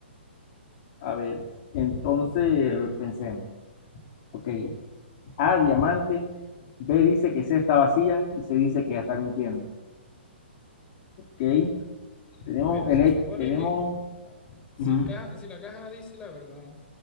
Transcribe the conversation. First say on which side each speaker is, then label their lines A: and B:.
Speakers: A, on the left; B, on the left.
A: A ver, entonces pensemos. Ok, A diamante, B dice que C está vacía y se dice que ya está mintiendo. Ok, tenemos
B: Mira,
A: el
B: se
A: he-
B: supone
A: tenemos,
B: que si,
A: ujú,
B: caja, si la caja dice la verdad,